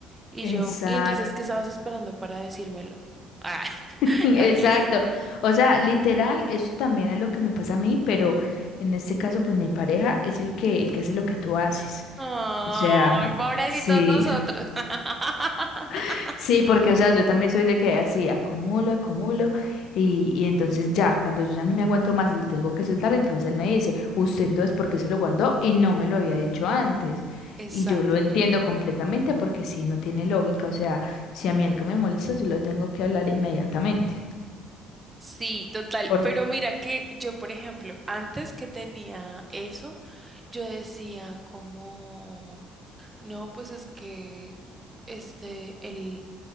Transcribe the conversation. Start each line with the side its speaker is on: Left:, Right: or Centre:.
Right: Y
Left: Exacto.
Right: yo, ¿y entonces qué estabas esperando para decírmelo? Ah,
Left: <laughs> Exacto.
Right: <laughs> aquí.
Left: O sea, literal, eso también es lo que me pasa a mí, pero en este caso, pues mi pareja es el que, el que hace lo que tú haces.
Right: Ay,
Left: O sea,
Right: pobrecitos
Left: sí,
Right: nosotros. <laughs>
Left: <laughs> sí, porque, o sea, yo también soy de que así acumulo, acumulo, y, y entonces ya, cuando yo ya no me aguanto más y lo tengo que soltar, entonces él me dice, usted entonces, ¿por qué se lo guardó? Y no me lo había dicho antes.
Right: Exacto.
Left: Y yo lo entiendo completamente porque sí, no tiene lógica. O sea, si a mí algo me molesta, yo lo tengo que hablar inmediatamente.
Right: Sí, total.
Left: ¿Por
Right: Pero mira que yo, por ejemplo, antes que tenía eso, Yo decía como, no, pues es que este, el,